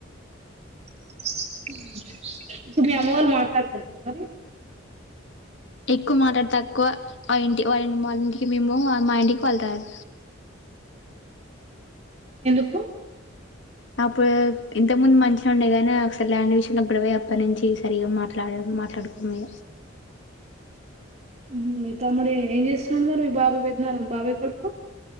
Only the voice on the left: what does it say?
ఎక్కువ మాటడ తక్కువ. వా ఇంటి వాళ్ ఇంమాల్ ఇంటికి మేము పోము. వా మా ఇంటికి వాళ్ళు రారు.
అప్పుడు, ఇంతకు ముందు మంచిగా ఉండే గానీ ఒకసారి ల్యాండ్ విషయంలో గొడవాయ అప్పటి నుంచి సరిగా మాట్లాడడు. మాట్లాడుకొము